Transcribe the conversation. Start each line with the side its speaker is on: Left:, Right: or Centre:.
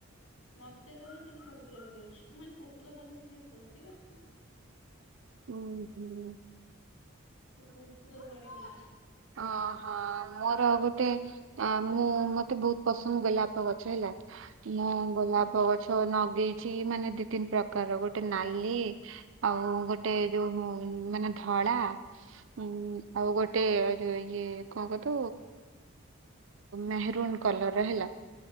Left: ମତେ ଦଉନି କିନ୍ତୁ କୁକୁରକୁ ଦଉଛି ମାନେ କୁକୁର କଣ ତତେ ପୋଶିବ।
Right: ଉଁ -ହୁଁ।
Left: ସେ କୁକୁରକୁ ଆଣି ଦଉଛି।
Right: ଅ-ହ ମୋର ଗୋଟେ ଆ ମୁଁ ମତେ ବହୁତ ପସନ୍ଦ ଗୋଲାପ ଗଛ ହେଲା। ମୁଁ ଗୋଲାପ
Left: ହୁଁ।
Right: ଗଛ ଲଗେଇଛି ମାନେ ଦି ତିନି ପ୍ରକାର ଗୋଟେ ନାଲି ଆଉ ଗୋଟେ ଯୋଉ ମାନେ ଧଳା ଉଁ ଆଉ ଗୋଟେ ଯୋଉ ଇଏ କଣ କ ତୁ ମେହେରୁନ୍ କଲର ର ହେଲା।